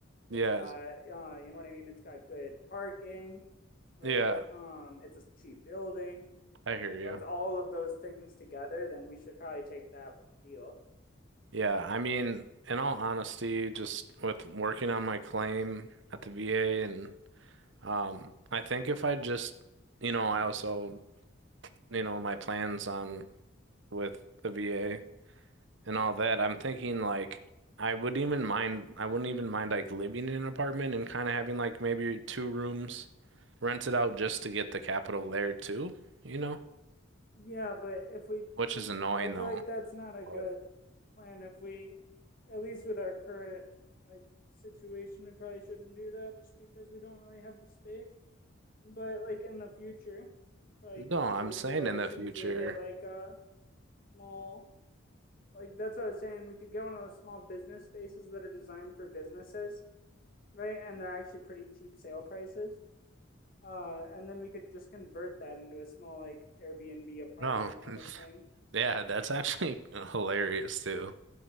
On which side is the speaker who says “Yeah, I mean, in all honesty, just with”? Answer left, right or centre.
Right